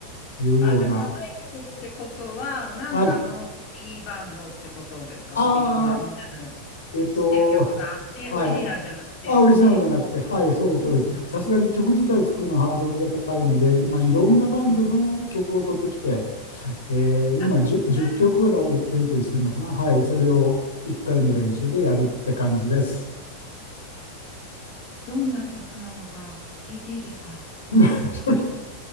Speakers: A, on the left; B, on the left.
A: いうような、
B: あ、じゃあ課題曲ってことは、なんかのコピーバンドってことですかコピーっていうか、
A: はい、あ
B: まあみんなの
A: ー、えっと、
B: 知ってる曲があって、
A: はい、
B: オリジナルじゃなくてって。
A: あ、オリジナルじゃなくて、はい、そうです、そうです。
B: うんうん
A: さすがに曲自体を作るのはハードルが高いので、まあ、いろんなバンドの曲を取ってきて、
B: うんうん。
A: えー今
B: あ、
A: 10,
B: えー
A: 曲ぐらいエントリーしてるのかなはい、それを1回の練習でやるって感じです。
B: どんな曲なのか聞いていいですか
A: <laughs>